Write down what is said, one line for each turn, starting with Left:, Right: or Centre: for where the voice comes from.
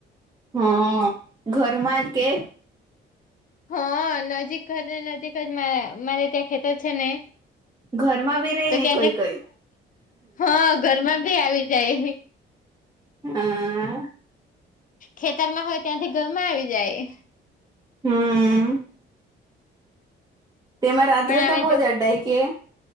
Right: હા ઘરમાં જ કે
Left: હા નજીક ઘર નજીક જ મા મારે ત્યાં ખેતર છે ને
Right: ઘરમાં બી રહી
Left: તો
Right: ને
Left: કે
Right: કોઈ કોઈ
Left: હા ઘરમાં ભી આવી જાય.
Right: હા.
Left: ખેતરમાં હોય ત્યાંથી ગરમાં આવી જાય.
Right: હમ્મ. તેમાં રાત્રે
Left: પણ
Right: તો
Left: હવે
Right: બહુ જ અડડાય કે